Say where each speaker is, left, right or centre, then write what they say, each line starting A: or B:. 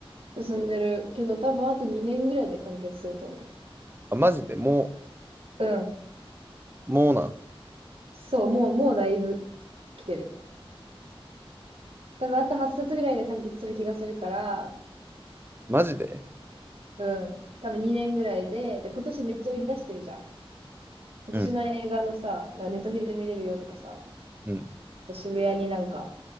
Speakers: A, on the right; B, on the right.
A: ら進んでるけど、多分あと2年ぐらいで完結すると思
B: あ、マジでも
A: う。うん。
B: う、もうなん。
A: そう、もう、もうだいぶ来てる。多分あと8冊ぐらいで完結する気がするから、
B: マジで
A: うん。多分2年ぐらいで、で、今年めっちゃ売り出してるじゃん。今年の映画のさ、
B: うん、
A: なんかネットフリで見れるよとかさ、
B: うん、
A: と渋谷になんか、